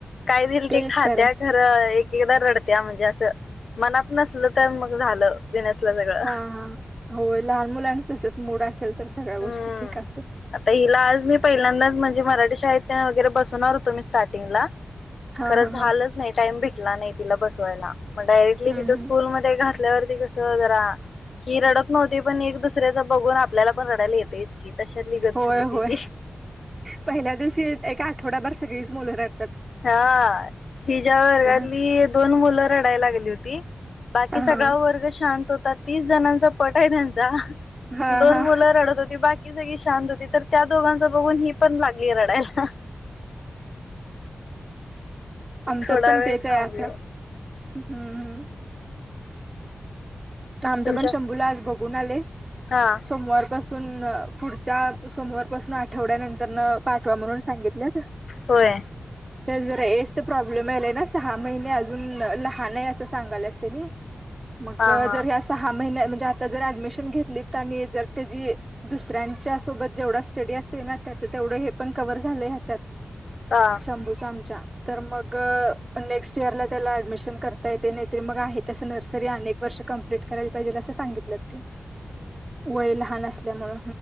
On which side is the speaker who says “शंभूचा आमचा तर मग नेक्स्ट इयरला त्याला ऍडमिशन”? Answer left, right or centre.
Right